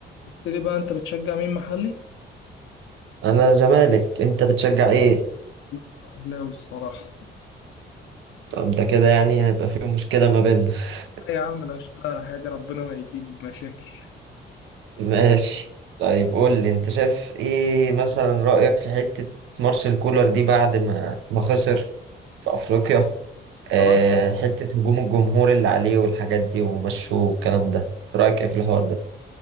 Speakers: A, on the left; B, on the right.
A: قلت لي بقى انت بتشجع مين محلي؟
B: انا زمالك انت بتشجع ايه
A: لا، اهلاوي الصراحه
B: طب ده كده يعني هيبقى في مشكلة ما بيننا <laughs>
A: لا يا عم لا اشتغل على حاجه ربنا ما يجيب مشاكل
B: ماشي طيب قول لي انت شايف ايه مثلا رأيك في حتة مارسيل كولر دي بعد ما ما خسر في افريقيا آه
A: صراحه
B: حتة هجوم الجمهور اللي عليه والحاجات دي ومشوه والكلام ده رأيك ايه في الحوار ده